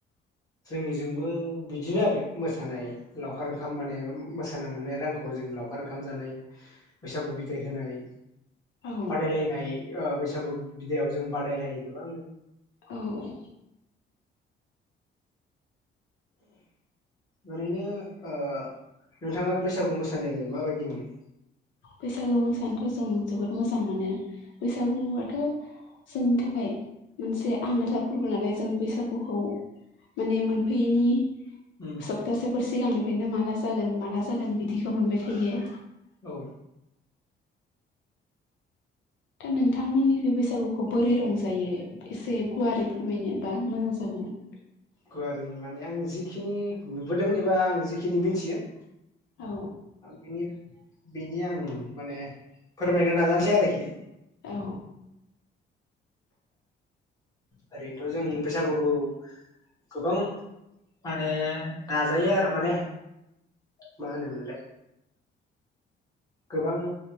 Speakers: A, on the left; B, on the left.
A: जोंनिजोंबो बिदिनो आरो मोसानाय लावखार ओंखाम माने मोसानाय मोननाय रांखौ जों लावखार ओंखाम जानाय बैसागु बिदाय होनाय
B: औ
A: बादायलायनाय ओ बैसागु बिदायाव जों बादायलायो गोबांनो
B: औ
A: ओरैनो नोंथाङा बैसागु मोसानो माबायदिमोन?
B: बैसागु मोसानोथ' जों जोबोद मोजां मोनो बैसागुआथ' जोंनि थाखाय मोनसे आंगोथार फोरबो नालाय जों बैसागुखौ माने मोनफैयैनि
A: उम
B: सप्तासेफोर सिगांनिफ्रायनो माला जागोन माला जागोन बिदिखौ मोनबाय थायो।
A: औ
B: दा नोंथांमोननिख बैसागुखौ बोरै रंजायो? एसे गुवारै फोरमायनोबा मोजां जागौमोन।
A: गुवारै माने आं जिखिनि नुबोदों एबा आं जिखिनि मिथियो
B: औ
A: बिनि बिनि आं माने फोरमायनो नाजानोसै आरोखि।
B: औ
A: ओरैनोथ' जों बैसागुखौ गोबां माने दाजायो आरो माने मा होनोमोनलाय? गोबां